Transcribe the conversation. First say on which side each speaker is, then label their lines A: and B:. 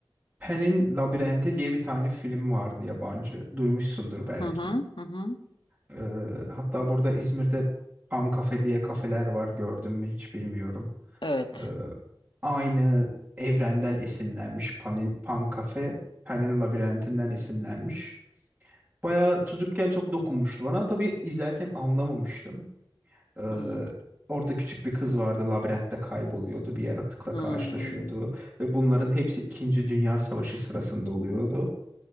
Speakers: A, on the right; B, on the left.
A: Pen'in Labirenti diye bir tane film vardı yabancı. Duymuşsundur belki.
B: hı hı hı hı.
A: E, hatta burada İzmir'de Pan Cafe diye kafeler var. Gördün mü hiç bilmiyorum.
B: Evet.
A: Ee, aynı evrenden esinlenmiş. Pan, Pan Cafe, Pan'in labirentinden esinlenmiş. Bayağı çocukken çok dokunmuştu bana. Tabii izlerken anlamamıştım. Ee,
B: Hmm,
A: orada küçük bir kız vardı. Labirentte kayboluyordu. Bir yaratıkla
B: hmm,
A: karşılaşıyordu. Ve bunların hepsi İkinci Dünya Savaşı sırasında oluyordu.